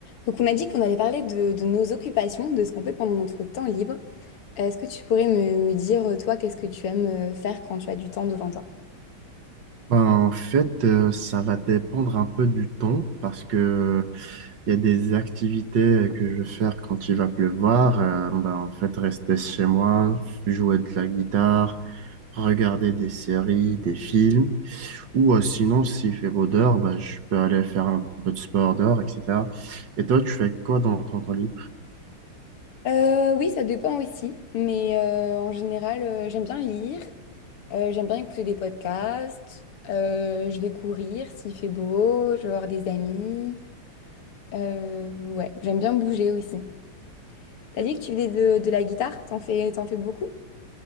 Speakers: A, on the left (about 90°); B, on the right (about 55°).
A: Donc on a dit qu'on allait parler de, de nos occupations, de ce qu'on fait pendant notre temps libre. Euh, Est-ce que tu pourrais me, me dire, euh, toi, qu'est-ce que tu aimes euh, faire quand tu as du temps devant toi?
B: Ben, en fait, euh, ça va dépendre un peu du temps parce que il y a des activités que je vais faire quand il va pleuvoir. euh, ben, en fait, rester chez moi, jouer de la guitare, regarder des séries, des films. Ou euh, sinon, s'il fait beau dehors, ben, je peux aller faire un peu de sport dehors, etc. Et toi, tu fais quoi dans ton temps libre?
A: Euh, oui, ça dépend aussi, mais euh, en général, euh, j'aime bien lire, euh, j'aime bien écouter des podcasts, euh, je vais courir s'il fait beau, je vais voir des amis. Euh, ouais, j'aime bien bouger aussi. T'as dit que tu faisais de, de la guitare, t'en fais, t'en fais beaucoup?